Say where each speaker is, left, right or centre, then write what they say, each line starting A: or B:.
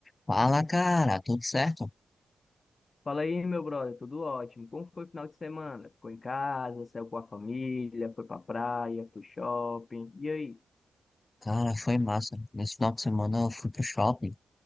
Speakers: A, on the left; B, on the left.
A: Fala, cara, tudo certo?
B: Fala aí, meu brother, tudo ótimo. Como foi o final de semana? Ficou em casa, saiu com a família, foi pra praia, pro shopping. E aí?
A: Cara, foi massa. Nesse final de semana eu fui pro shopping